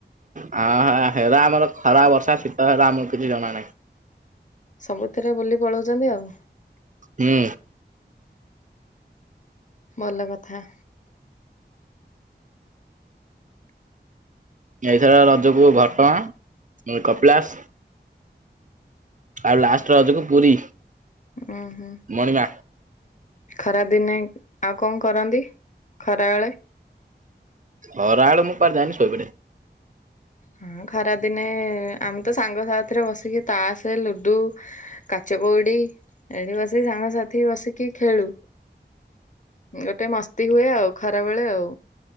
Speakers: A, on the right; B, on the left.
A: ହଁ ହ ହେଲା ଆମର ଖରା ବର୍ଷା ଶୀତ ହେଲା ଆମକୁ କିଛି ଜଣା ନାହିଁ।
B: ସବୁଥିରେ ବୁଲି ପଳଉଛନ୍ତି ଆଉ।
A: ହୁଁ।
B: ଭଲ କଥା।
A: ଏଇଥର ରଜକୁୁ ଘଟଗାଁ କପିଳାସ। ଆଉ ଲାଷ୍ଟ ରଜକୁ ପୁରୀ।
B: ଉ ହୁଁ।
A: ମଣିିମା।
B: ଖରା ଦିନେ ଆଉ କଣ କରନ୍ତି ଖରା ବେଳେ।
A: ଖରାବେଳେ ମୁଁ କୁଆଡେ ଯାନି ଶୋଇପଡେ।
B: ହଁ ଖରା ଦିନେ ଆମେ ତ ସାଙ୍ଗ ସାଥିରେ ବସିକି ତାସେ ଲୁଡୁ କାଚ କଉଡ଼ି ଏଠି ବସିକି ସାଙ୍ଗସାଥି ବସିକି ଖେଳୁ। ଗୋଟେ ମସ୍ତି ହୁଏ ଆଉ ଖରା ବେଳେ ଆଉ।